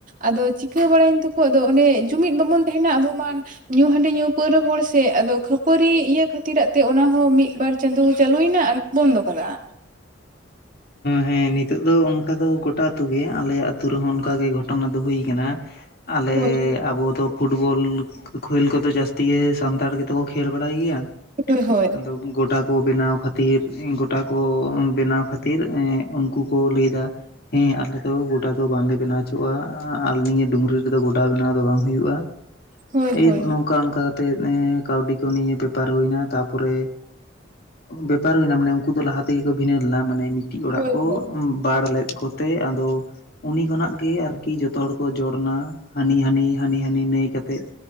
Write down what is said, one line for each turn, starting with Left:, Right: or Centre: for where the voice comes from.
Right: ᱟᱫᱚ ᱪᱤᱠᱟᱹ ᱵᱟᱲᱟᱭᱮᱱ ᱛᱟᱠᱚ ᱟᱫᱚ ᱚᱱᱮ ᱡᱩᱢᱤᱫ ᱵᱟᱵᱚᱱ ᱛᱟᱦᱮᱱᱟ ᱟᱵᱚ ᱢᱟᱱ ᱧᱩ ᱦᱟᱺᱰᱤ ᱧᱩ ᱯᱟᱹᱣᱨᱟᱹ ᱦᱚᱲ ᱥᱮ ᱟᱫᱚ ᱠᱷᱟᱹᱯᱟᱹᱨᱤ ᱤᱭᱟᱹ ᱠᱷᱟᱹᱛᱤᱨᱟᱜ ᱛᱮ ᱚᱱᱟᱦᱚᱸ ᱢᱤᱫᱵᱟᱨ ᱪᱟᱸᱫᱳ ᱪᱟᱹᱞᱩᱭᱮᱱᱟ ᱟᱨ ᱵᱚᱱᱫᱚ ᱠᱟᱫᱟᱜ
Left: ᱦᱮᱸ ᱱᱤᱛᱚᱜ ᱫᱚ ᱚᱱᱠᱟ ᱫᱚ ᱜᱳᱚᱴᱟ ᱟᱹᱛᱩᱳ ᱜᱮ ᱟᱞᱮᱭᱟᱜ ᱟᱹᱛᱩ ᱨᱮᱦᱚᱸ ᱚᱱᱠᱟᱜᱮ ᱜᱷᱚᱴᱚᱱᱟ ᱫᱚ ᱦᱩᱭ ᱠᱟᱱᱟ ᱟᱞᱮ
Right: ᱦᱳᱭ
Left: ᱟᱵᱚᱫᱚ ᱯᱷᱩᱴᱵᱚᱞ ᱠᱷᱮᱞ ᱠᱚᱫᱚ ᱡᱟᱹᱥᱛᱤ ᱜᱮ ᱥᱟᱱᱛᱟᱲ ᱜᱮᱛᱚ ᱠᱚ ᱠᱷᱮᱞ ᱵᱟᱲᱟᱭ ᱜᱮᱭᱟ
Right: ᱦᱳᱭ ᱦᱳᱭ
Left: ᱟᱫᱚ ᱜᱚᱰᱟ ᱠᱚ ᱵᱮᱱᱟᱣ ᱠᱷᱟᱹᱛᱤᱨ ᱜᱚᱰᱟ ᱠᱚ ᱵᱮᱱᱟᱣ ᱠᱷᱟᱹᱛᱤᱨ ᱠᱷᱟᱹᱛᱤᱨ ᱮᱸ ᱩᱱᱠᱩ ᱠᱚ ᱞᱟᱹᱭ ᱮᱫᱟ ᱦᱮᱸ ᱟᱞᱮ ᱫᱚ ᱜᱚᱰᱟ ᱫᱚ ᱵᱟᱝᱞᱮ ᱵᱮᱱᱟᱣ ᱚᱪᱚᱣᱟᱜᱼᱟ ᱟᱞᱮ ᱱᱤᱭᱟᱹ ᱰᱩᱝᱨᱤ ᱨᱮᱫᱚ ᱜᱚᱰᱟ ᱵᱮᱱᱟᱣ ᱫᱚ ᱵᱟᱝ ᱦᱩᱭᱩᱜᱼᱟ
Right: ᱦᱳᱭ
Left: ᱮᱭ
Right: ᱦᱳᱭ
Left: ᱱᱚᱝᱠᱟ ᱚᱱᱠᱟ ᱠᱟᱛᱮᱫ ᱠᱟᱹᱣᱰᱤ ᱠᱚ ᱱᱤᱭᱮ ᱵᱮᱯᱟᱨ ᱦᱩᱭᱱᱟ ᱛᱟᱨᱯᱚᱨᱮ ᱵᱮᱯᱟᱨ ᱦᱩᱭᱱᱟ ᱢᱟᱱᱮ ᱩᱱᱠᱩ ᱫᱚ ᱞᱟᱦᱟ ᱛᱮᱜᱮ ᱠᱚ ᱵᱷᱤᱱᱟᱹ ᱞᱮᱱᱟ ᱢᱟᱱᱮ ᱢᱤᱫ ᱴᱤᱡ ᱚᱲᱟᱜ
Right: ᱦᱳᱭ
Left: ᱠᱚ
Right: ᱦᱳᱭ
Left: ᱵᱟᱲ ᱞᱮᱫ ᱠᱚᱛᱮ ᱟᱫᱚ ᱩᱱᱤ ᱠᱷᱚᱱᱟᱜ ᱜᱮ ᱟᱨᱠᱤ ᱡᱚᱛᱚ ᱦᱚᱲ ᱠᱚ ᱡᱚᱲ ᱮᱱᱟ ᱦᱟᱹᱱᱤ ᱦᱟᱹᱱᱤ ᱦᱟᱹᱱᱤ ᱦᱟᱹᱱᱤ ᱱᱟᱹᱭ ᱠᱟᱛᱮᱫ